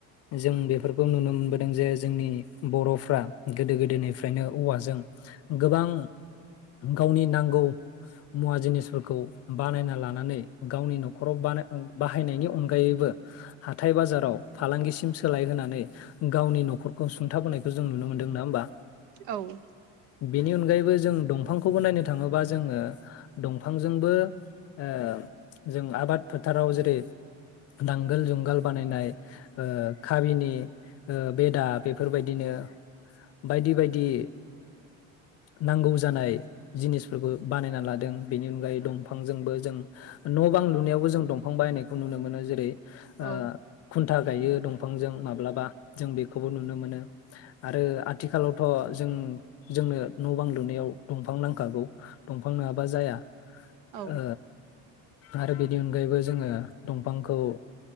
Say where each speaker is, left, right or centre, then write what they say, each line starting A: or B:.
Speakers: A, on the left (about 50°); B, on the right (about 80°).
A: जों बेफोरखौ नुनो मोनबोदों जे जोंनि बर'फ्रा गोदो गोदोनिफ्रायनो औवाजों गोबां गावनि नांगौ मुवा जिनिस फोरखौ बानायना लानानै गावनि नखराव बानाय बाहायनायनि अनगायैबो हाथाय बाजाराव फालांगिसिम सोलाय होनानै गावनि नखरखौ सुंथाबोनायखौ जों नुनो मोनदों नङा होमबा?
B: औ।
A: बेनि अनगायैबो जों दंफांखौबो नायनो थाङोबा जोङो दं फांजोंबो ओ जों आबाद फोथाराव जेरै नांगोल जुंगाल बानायनाय ओ काबिनि ओ बेदा बेफोरबायदिनो बायदि बायदि नांगौ जानाय जिनिसफोरखौ बानायना लादों बेनि अनगायै दंफांजोंबो जों न' बां लुनायावबो जों दंफां बाहायनायखौ नुनो मोनो। जेरै ओ
B: औ
A: खुन था गायो दंफांजों माब्लाबा जों बेखौबो नुनो मोनो। आरो आथिखालावथ' जों-जोंनो न' बां लुनायाव दंफां नांखागौ दंफां नङाबा जाया। ओ
B: औ
A: आरो बेनि अनगायैबो जोङो दंफांखौ ओ